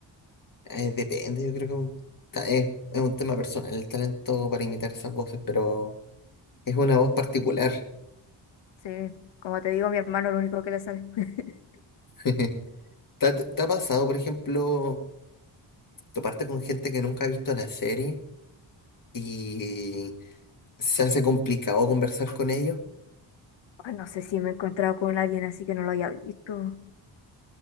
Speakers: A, on the left; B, on the left.
A: eh, depende, yo creo que un ta- es, es un tema personal el talento para imitar esas voces, pero es una voz particular.
B: Sí, como te digo, mi hermano es lo único que le sale. <laughs>
A: <laughs> ¿Te ha, te ha pasado, por ejemplo, toparte con gente que nunca ha visto la serie y se hace complicado conversar con ellos?
B: Ay, no sé si me he encontrado con alguien así que no lo haya visto.